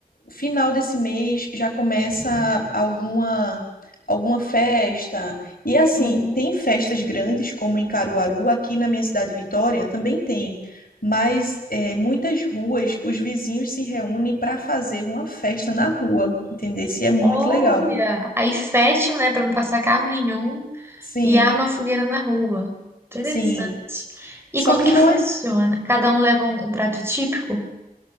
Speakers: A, on the left; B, on the right.
A: final desse mês já começa alguma alguma festa. E assim,
B: Uhum.
A: tem festas grandes como em Caruaru, aqui na minha cidade Vitória também tem. Mas é, muitas ruas, os vizinhos se reúnem para fazer uma festa na rua, entendeu? Se é muito
B: Olha,
A: legal.
B: aí fecham, né, para não passar carro nenhum
A: Sim,
B: e arma a fogueira na rua. Interessante.
A: sim.
B: E
A: Só
B: como
A: que
B: que
A: não
B: funciona?
A: é
B: Cada um leva um, um prato típico?